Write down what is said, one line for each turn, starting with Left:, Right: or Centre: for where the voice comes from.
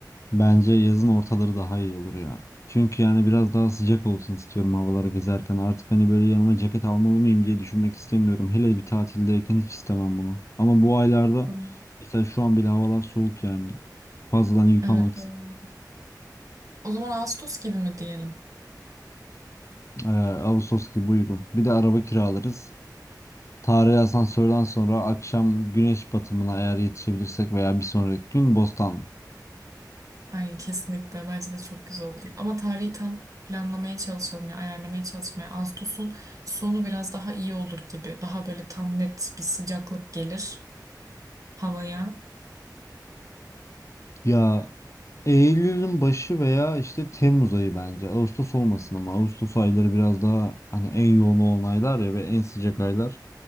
Left: Bence yazın ortaları daha iyi olur ya. Çünkü yani biraz daha sıcak olsun istiyorum havalara gezerken. Artık hani böyle yanıma ceket almalı mıyım diye düşünmek istemiyorum. Hele bir tatildeyken hiç istemem bunu. Ama bu aylarda
Right: Hmm.
Left: mesela şu an bile havalar soğuk yani. Fazladan yük
Right: Evet.
Left: almak
Right: doğru.
Left: istemiyorum.
Right: O zaman Ağustos gibi mi diyelim?
Left: Ee, Ağustos gibi uygun. Bir de araba kiralarız. Tarihi asansörden sonra akşam güneş batımına eğer yetişebilirsek veya bir sonraki gün Bostan.
Right: Ay kesinlikle bence de çok güzel olur. Ama tarihi tam planlamaya çalışalım ya, ayarlamaya çalışmaya. Ağustos'un sonu biraz daha iyi olur gibi. Daha böyle tam net bir sıcaklık gelir havaya.
Left: Ya Eylül'ün başı veya işte Temmuz ayı bence. Ağustos olmasın ama Ağustos ayları biraz daha hani en yoğun olan aylar ya ve en sıcak aylar.